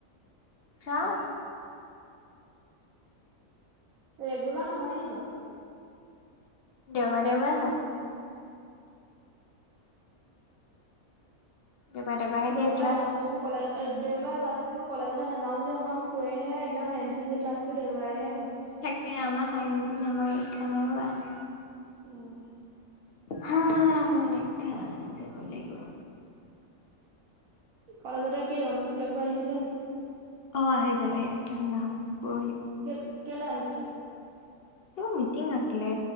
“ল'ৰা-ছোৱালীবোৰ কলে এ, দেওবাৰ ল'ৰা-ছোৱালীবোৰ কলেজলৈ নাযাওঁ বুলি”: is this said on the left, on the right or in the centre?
Right